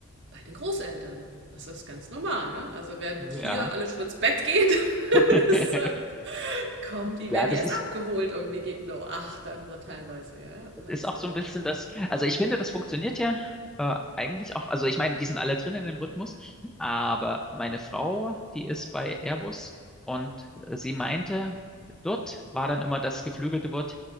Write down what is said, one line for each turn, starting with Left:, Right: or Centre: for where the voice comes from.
Right: bei den Großeltern. Das ist ganz normal, ne? Also wer
Centre: Ja,
Right: hier alle schon ins Bett geht,
Centre: <laughs>
Right: <laughs> ist, äh, kommt, die
Centre: Ja,
Right: werden
Centre: das
Right: die erst
Centre: ist,
Right: abgeholt irgendwie gegen acht dann so teilweise, ja.
Centre: Das
Right: Also.
Centre: ist auch so ein bisschen das, also
Right: Mh.
Centre: ich finde, das funktioniert ja äh, eigentlich auch. Also ich meine, die sind alle drin in dem Rhythmus, aber meine Frau, die ist bei Airbus und äh, sie meinte, dort war dann immer das geflügelte Wort,